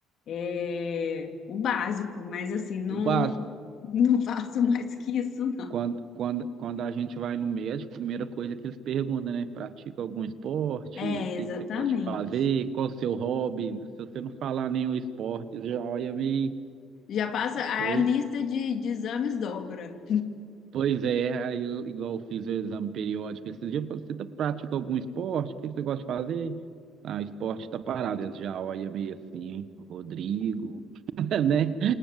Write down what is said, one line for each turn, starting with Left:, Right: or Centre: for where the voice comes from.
Left: é o básico, mas assim, não,
Right: o básico.
Left: não, não <laughs> faço mais que isso, não.
Right: Quando, quando, quando a gente vai no médico, a primeira coisa que eles perguntam, né? Pratica algum esporte?
Left: É,
Right: O que
Left: exatamente.
Right: que você gosta de fazer? Qual o seu hobby? Se você não falar nenhum esporte, já olha meio.
Left: Já passa, a
Right: Pois,
Left: lista de, de exames dobra.
Right: pois é, aí, eu- igual eu fiz o exame periódico esses dias, eu falei, você tá- pratica algum esporte? O que que você gosta de fazer? Ah, esporte tá parado, eles já olha meio assim, hein? Rodrigo, <laughs> né?